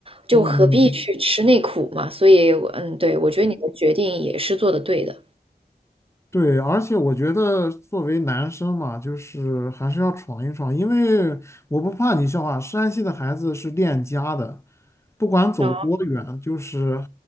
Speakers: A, on the right; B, on the left.
A: 就何必去吃那苦嘛？
B: <laughs> 嗯，
A: 所以我嗯，对，我觉得你的决定也是做的对的。
B: 对，而且我觉得作为男生嘛，就是还是要闯一闯，因为我不怕你笑话，山西的孩子是恋家的，不管走多远，
A: 哦，
B: 就是